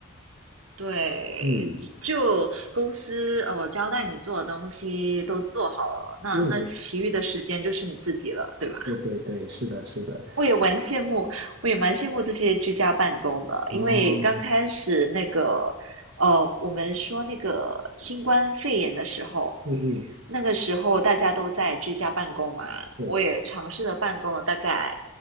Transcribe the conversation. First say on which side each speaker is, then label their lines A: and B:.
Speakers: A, on the right; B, on the right.
A: 对，
B: 嗯
A: 就公司呃交代你做的东西都做好了，那那其余的时间就是你自己了，
B: 嗯，
A: 对吧？
B: 对对对，是的，是的。
A: 我也蛮羡慕，我也蛮羡慕这些居家办公的，
B: 哦，
A: 因为刚开始那个，呃，我们说那个新冠肺炎的时候，
B: 嗯嗯，
A: 那个时候大家都在居家办公嘛，
B: 对，
A: 我也尝试了办公了，大概